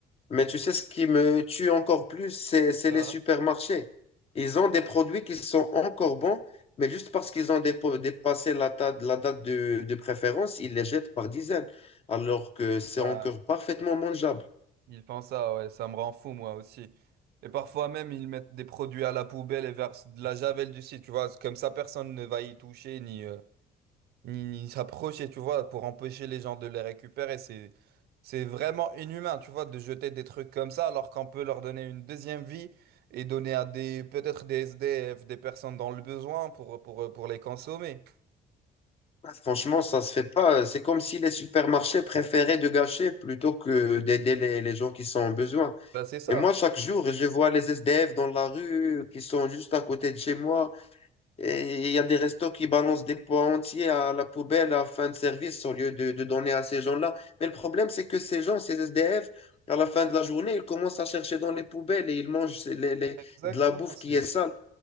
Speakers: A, on the left; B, on the right.
A: Mais tu sais, ce qui me tue encore plus, c'est, c'est
B: Tu
A: les
B: vois
A: supermarchés. Ils ont des produits qui sont encore bons, mais juste parce qu'ils ont dépo- dépassé la, ta- la date de, de préférence, ils les jettent par dizaines, alors que c'est
B: Ouais.
A: encore parfaitement mangeable.
B: Ils font ça, ouais, ça me rend fou moi aussi. Et parfois même, ils mettent des produits à la poubelle et versent de la javel dessus, tu vois. C'est Comme ça, personne ne va y toucher ni euh, ni, ni s'approcher, tu vois, pour empêcher les gens de les récupérer. C'est c'est vraiment inhumain, tu vois, de jeter des trucs comme ça alors qu'on peut leur donner une deuxième vie et donner à des peut-être des SDF, des personnes dans le besoin pour pour pour les consommer.
A: Franchement, ça se fait pas. C'est comme si les supermarchés préféraient de gâcher plutôt que d'aider les, les gens qui sont en besoin.
B: Bah, c'est ça.
A: Et moi, chaque jour, je vois les SDF dans la rue qui sont juste à côté de chez moi. Et il y a des restos qui balancent des pois entiers à la poubelle à fin de service au lieu de, de donner à ces gens-là. Mais le problème, c'est que ces gens, ces SDF, à la fin de la journée, ils commencent à chercher dans les poubelles et ils mangent les- les-
B: Exactement,
A: de la bouffe
B: c'est
A: qui est sale.